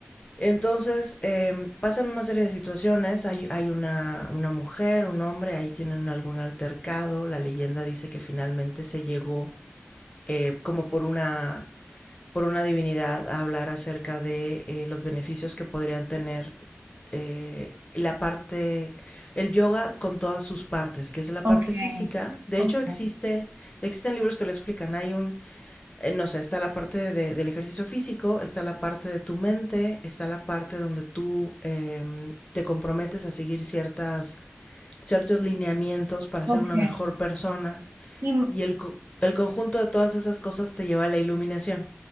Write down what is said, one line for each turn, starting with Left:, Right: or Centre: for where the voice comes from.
Left: Entonces, eh, pasan una serie de situaciones, hay, hay una, una, mujer, un hombre, ahí tienen algún altercado, la leyenda dice que finalmente se llegó eh, como por una, por una divinidad a hablar acerca de eh, los beneficios que podrían tener eh, la parte, el yoga con todas sus partes, que es la parte
Right: Okay,
Left: física. De
Right: okay,
Left: hecho, existe, existen libros que lo explican. Hay un eh, no sé, está la parte de, del ejercicio físico, está la parte de tu mente, está la parte donde tú eh, te comprometes a seguir ciertas, ciertos lineamientos para
Right: okay.
Left: ser una mejor persona
Right: Y,
Left: y el, el conjunto de todas esas cosas te lleva a la iluminación.